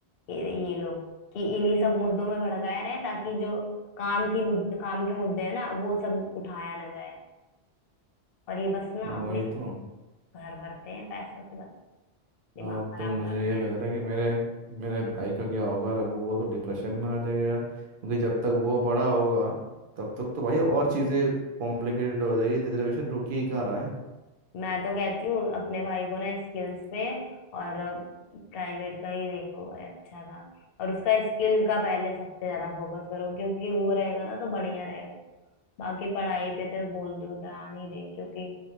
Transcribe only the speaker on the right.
वही
तो
अब
तो मुझे
ये
लग रहा है कि मेरे मेरे भाई का क्या होगा अगर वो तो डिप्रेशन में आ जाएगा यार क्योंकि जब तक वो बड़ा होगा तब तक तो भाई और चीज़ें कॉम्प्लिकेटेड हो जाएगी रिजर्वेशन रुक ही कहाँ रहा है